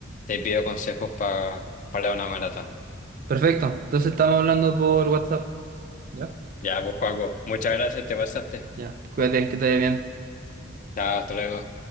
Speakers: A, on the left; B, on the right.
A: te pido consejos pa- para una maratón.
B: Perfecto. Entonces estamos hablando por WhatsApp. ¿Ya?
A: Ya, pues Paco, muchas gracias, te pasaste.
B: Ya. Cuídate, que te vaya bien.
A: Chao, hasta luego.